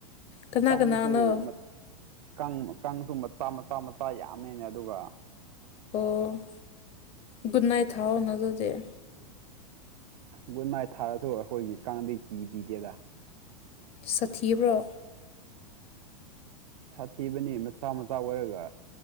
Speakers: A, on the left; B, on the right.
A: ꯀꯅꯥ
B: ꯀꯥꯡꯁꯨ
A: ꯀꯅꯥꯅꯣ
B: ꯀꯥꯡ ꯀꯥꯡꯁꯨ ꯃꯆꯥ ꯃꯆꯥ ꯃꯆꯥ ꯌꯥꯝꯃꯦꯅꯦ ꯑꯗꯨꯒ
A: ꯑꯣ ꯒꯨꯗ ꯅꯥꯏꯠ ꯊꯥꯎꯑꯣꯅꯖꯗꯤꯦ
B: ꯒꯨꯗ ꯅꯥꯏꯠ ꯊꯥꯔꯁꯨ ꯑꯩꯈꯣꯏꯒꯤ ꯀꯥꯡꯗꯩ ꯀꯤꯕꯤꯗꯦꯗ
A: ꯁꯥꯊꯤꯕ꯭ꯔꯣ
B: ꯁꯥꯊꯤꯕꯅꯤ ꯃꯆꯥ ꯃꯆꯥ ꯑꯣꯏꯔꯒ